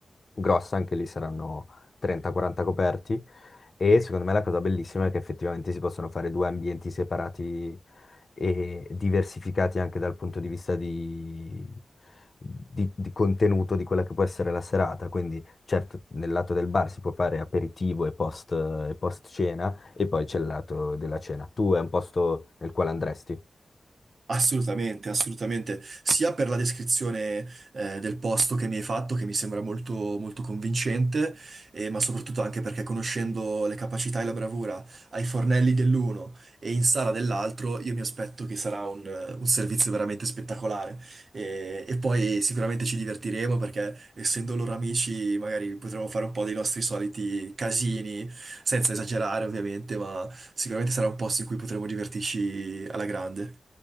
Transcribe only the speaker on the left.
grossa, anche lì saranno 30-40 coperti e secondo me la cosa bellissima è che effettivamente si possono fare due ambienti separati e diversificati anche dal punto di vista di, di- di contenuto di quella che può essere la serata. Quindi, certo, nel lato del bar si può fare aperitivo e post, e post cena, e poi c'è il lato della cena. Tu è un posto nel quale andresti?